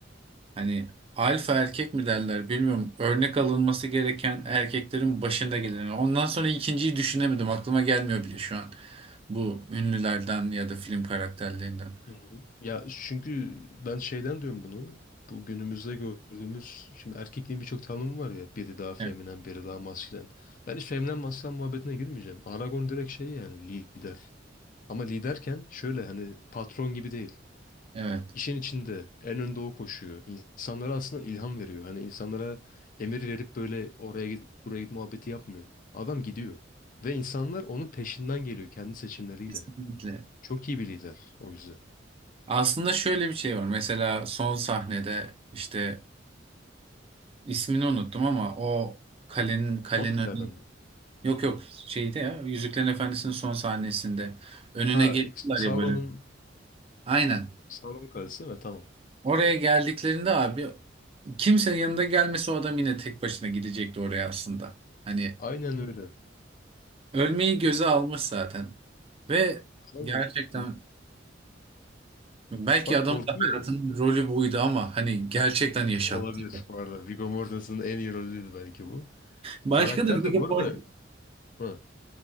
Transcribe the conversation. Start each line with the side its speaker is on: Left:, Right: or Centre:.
Right: hani alfa erkek mi derler bilmiyorum. Örnek alınması gereken erkeklerin başında gelen. Ondan sonra ikinciyi düşünemedim. Aklıma gelmiyor bile şu an. Bu ünlülerden ya da film karakterlerinden.
Left: Hı hı. Ya çünkü ben şeyden diyorum bunu. Bu günümüzde gördüğümüz şimdi erkekliğin birçok tanımı var ya. Biri daha feminen,
Right: Evet.
Left: biri daha maskülen. Ben hiç feminen maskülen muhabbetine girmeyeceğim. Aragon direkt şey yani lider. Ama liderken şöyle hani patron gibi değil.
Right: Evet.
Left: İşin içinde en önde o koşuyor. İnsanlara aslında ilham veriyor. Hani insanlara emir verip böyle oraya git buraya git muhabbeti yapmıyor. Adam gidiyor. Ve insanlar onun peşinden geliyor kendi seçimleriyle.
Right: Kesinlikle.
Left: Çok iyi bir lider o yüzden.
Right: Aslında şöyle bir şey var. Mesela son sahnede işte ismini unuttum ama o kalenin kalenin
Left: Hobbitlerden
Right: önü
Left: mi?
Right: yok yok şeyde ya Yüzüklerin Efendisi'nin son sahnesinde önüne
Left: Ha,
Right: geliyorlar
Left: Sauron'un
Right: ya böyle. Aynen.
Left: Sauron'un kalesi değil mi? Tamam.
Right: Oraya geldiklerinde abi kimsenin yanında gelmesi o adam yine tek başına gidecekti oraya aslında. Hani
Left: Aynen öyle.
Right: ölmeyi göze
Left: Böyle-
Right: almış zaten. Ve
Left: Aynen.
Right: gerçekten
Left: Hı.
Right: belki
Left: Bak
Right: adamın
Left: korkuyor.
Right: da hayatının rolü buydu ama hani gerçekten yaşattı.
Left: Olabilir bu arada. Viggo Mortensen'ın en iyi rolüydü belki bu.
Right: Başka
Left: Karakter
Right: da Vigo
Left: de bu arada...
Right: Port-
Left: Hı.